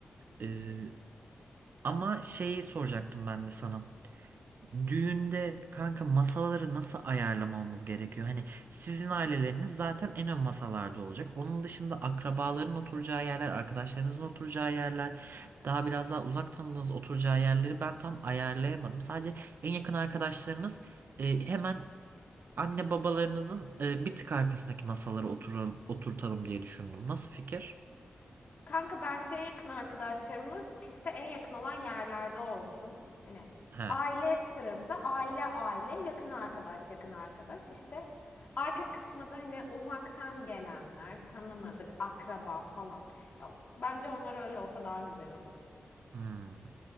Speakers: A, on the right (about 65°); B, on the left (about 50°).
A: Ee, ama şeyi soracaktım ben de sana. Düğünde kanka masaları nasıl ayarlamamız gerekiyor? Hani sizin aileleriniz zaten en ön masalarda olacak. Onun dışında akrabaların oturacağı yerler, arkadaşlarınızın oturacağı yerler, daha biraz daha uzak tanıdığınız oturacağı yerleri ben tam ayarlayamadım. Sadece en yakın arkadaşlarınız e, hemen anne babalarınızın e, bir tık arkasındaki masalara oturalım, oturtalım diye düşündüm. Nasıl fikir?
B: Kanka bence en yakın arkadaşlarımız piste en yakın olan yerlerde olsun. Hani
A: He.
B: aile sırası, aile aile, yakın arkadaş, yakın arkadaş. İşte arka kısmı da hani uzaktan gelenler, tanımadık, akraba falan. Ya, bence onlar öyle olsa daha güzel olur.
A: Hmm.